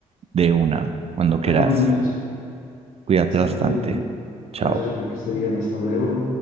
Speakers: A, on the right; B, on the left.
A: de una, cuando quieras.
B: Bueno, hombre, Andrés,
A: Cuídate
B: que esté
A: bastante.
B: muy bien, hombre.
A: Chao.
B: Gracias, hombre, que esté bien. Hasta luego.